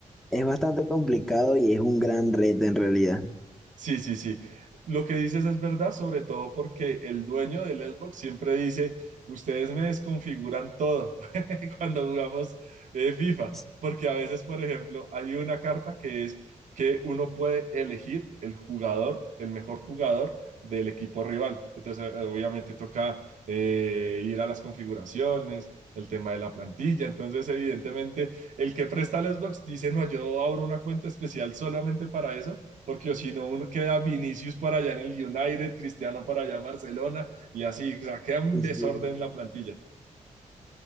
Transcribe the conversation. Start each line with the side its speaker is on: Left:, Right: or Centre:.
Centre: es bastante complicado y es un gran reto en realidad.
Right: Sí, sí, sí. Lo que dices es verdad, sobre todo porque el dueño del Xbox siempre dice, ustedes me desconfiguran todo <laughs> cuando jugamos eh, FIFA,
Centre: sí,
Right: porque a veces, por ejemplo, hay una carta que es que uno puede elegir el jugador, el mejor jugador del equipo rival. Entonces, eh, obviamente toca eh, ir a las configuraciones, el tema de la plantilla. Entonces, evidentemente, el que presta el Xbox dice, no, yo abro una cuenta especial solamente para eso porque o si no, uno queda Vinicius para allá en el United, Cristiano para allá en Barcelona, y así, o sea, queda un
Centre: sí,
Right: desorden
Centre: sí.
Right: en la plantilla.